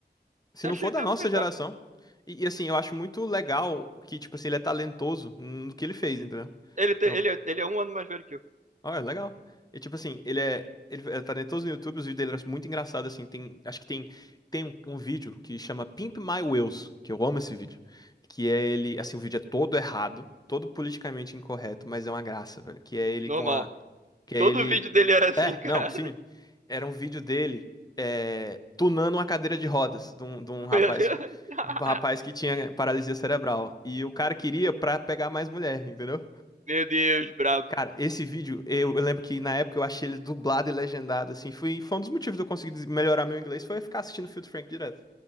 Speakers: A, on the left (about 20°); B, on the right (about 45°).
A: Se
B: Eu
A: não
B: achei
A: for
B: que
A: da
B: tem
A: nossa
B: nossa
A: geração. E, e, assim, eu acho muito legal que, tipo assim, ele é talentoso no que ele fez, entendeu?
B: Ele, tem-
A: Então,
B: ele, é- ele é um ano mais velho que eu.
A: Olha, legal. E tipo assim, ele é. Ele é talentoso no YouTube, os vídeos dele eram muito engraçados, assim. Tem, acho que tem, tem um, um vídeo que chama Pimp My Wheels, que eu amo esse vídeo. Que é ele, assim, o vídeo é todo errado, todo politicamente incorreto, mas é uma graça, velho. Que é ele
B: Normal.
A: com a. Que é
B: Todo
A: ele.
B: vídeo dele era assim,
A: É,
B: cara.
A: não, sim. Era um vídeo dele é, tunando uma cadeira de rodas de um, de um rapaz.
B: Meu Deus. <laughs>
A: de Um rapaz que tinha paralisia cerebral. E o cara queria pra pegar mais mulher, entendeu?
B: Meu Deus, brabo.
A: E, cara, esse vídeo, eu, eu lembro que na época eu achei ele dublado e legendado, assim. Foi, foi um dos motivos de eu conseguir des- melhorar meu inglês, foi eu ficar assistindo Filtro Frank direto.